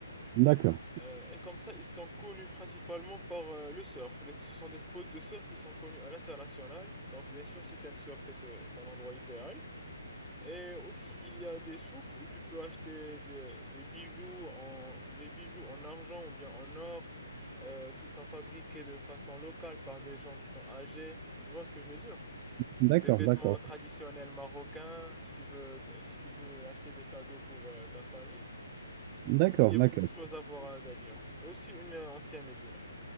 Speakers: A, on the right; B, in the centre.
A: D'accord,
B: Euh, et comme ça, ils sont connus principalement par euh, le surf. Des- ce sont des spots de surf qui sont connus à l'international. Donc, bien sûr, si t'aimes surfer, c'est ton endroit idéal. Et aussi, il y a des souks où tu peux acheter des, des bijoux en, des bijoux en argent ou bien en or, euh, qui sont fabriqués de façon locale par des gens qui sont âgés. Tu vois ce que je veux dire?
A: d'accord,
B: Des vêtements
A: d'accord,
B: traditionnels marocains, si tu veux, si tu veux acheter des cadeaux pour euh, ta famille.
A: d'accord,
B: Donc, il y a
A: d'accord.
B: beaucoup de choses à voir à Agadir. Et aussi une euh, ancienne Médine.